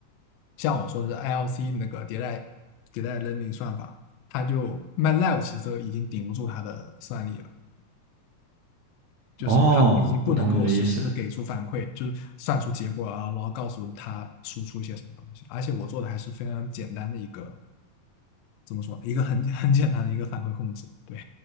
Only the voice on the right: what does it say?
哦，我懂你的意思。